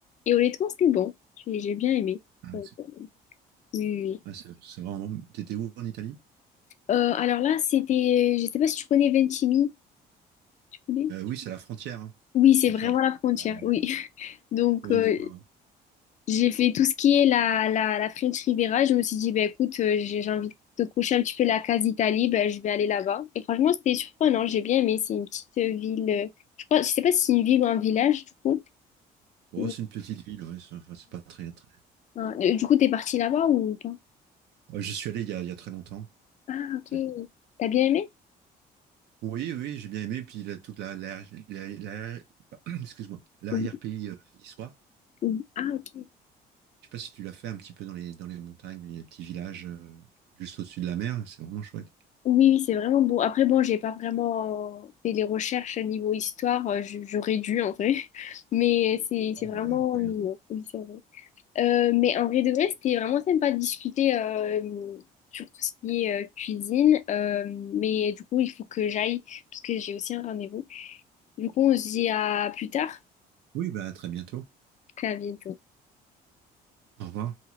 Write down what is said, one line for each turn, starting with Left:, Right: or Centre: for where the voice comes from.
Left: Et honnêtement, c'était bon. J'ai j'ai bien aimé.
Right: Ah,
Left: Donc, euh, oui, oui. oui.
Right: Ouais, c'est c'est vraiment. T'étais où en Italie?
Left: Euh, alors là, c'était, je sais pas si tu connais Ventimille, tu connais?
Right: Euh, oui, c'est la frontière. hein.
Left: Oui,
Right: La
Left: c'est
Right: frontière.
Left: vraiment la frontière,
Right: euh,
Left: oui. <laughs> Donc,
Right: c'est
Left: euh,
Right: une fois, ouais.
Left: J'ai fait tout ce qui est la, la, la French Riviera. Je me suis dit, ben écoute, euh, j'ai j'ai envie de coucher un petit peu la case Italie ben je vais aller là-bas. Et franchement, c'était surprenant, j'ai bien aimé. C'est une petite euh, ville, euh, je crois, je sais pas si c'est une ville ou un village, du coup.
Right: Oh,
Left: mais-
Right: c'est une petite ville. ouais, c'est enfin, c'est pas très, très...
Left: Ah, euh, Du coup, t'es partie là-bas ou pas?
Right: Euh, j'y suis allé il y a, il y a très longtemps.
Left: Ah, ok.
Right: C'est-
Left: T'as bien aimé?
Right: Oui, oui, j'ai bien aimé. Puis là, toute la, l'arrière- l'arrière- l'arrière- <coughs> <clears throat> excuse-moi, l'arrière-pays
Left: Mhm.
Right: euh, niçois.
Left: Mhm. Ah, ok.
Right: Je sais pas si tu l'as fait un petit peu dans les, dans les montagnes, les petits villages euh, juste au-dessus de la mer. C'est vraiment chouette.
Left: Oui, oui, c'est vraiment beau. Après, bon, j'ai pas vraiment fait les recherches niveau histoire, euh, j- j'aurais dû en vrai, <laughs> mais c'est
Right: Oh,
Left: c'est vraiment
Right: mais, après,
Left: mignon.
Right: euh, ouais.
Left: Oui, c'est vrai. Euh, mais en vrai de vrai, c'était vraiment sympa de discuter euh, sur tout ce qui est euh, cuisine. Euh, mais du coup, il faut que j'aille parce que j'ai aussi un rendez-vous. Du coup, on se dit à plus tard.
Right: Oui, bah, à très bientôt.
Left: À vite.
Right: Au revoir.